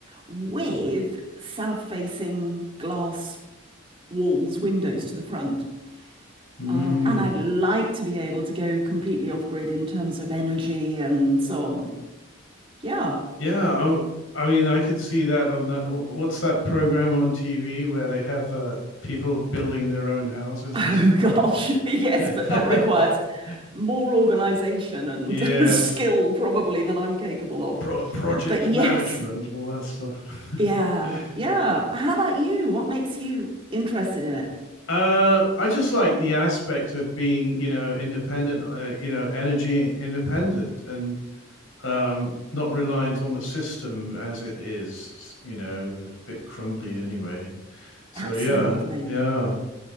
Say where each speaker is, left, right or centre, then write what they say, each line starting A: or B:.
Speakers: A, on the right; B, on the left.
A: with south-facing glass walls, windows to the front.
B: Mm,
A: Um, and I'd like to be able to go completely off-grid in terms of energy and so on. Yeah.
B: yeah, I, I mean, I could see that on that. What's that program on TV where they have uh, people building their own houses
A: Oh
B: and
A: gosh, <laughs> yes,
B: stuff?
A: but that requires
B: <laughs>
A: more organization and
B: Yes,
A: <laughs> skill probably than I'm capable of.
B: Pro project
A: But yes,
B: management, all that stuff.
A: yeah,
B: <laughs>
A: yeah. How about you? What makes you interested in it?
B: Uh, I just like the aspect of being, you know, independent, uh, you know, energy independent and um, not reliant on the system as it is, you know, a bit crumbly anyway. So,
A: Absolutely.
B: yeah, yeah,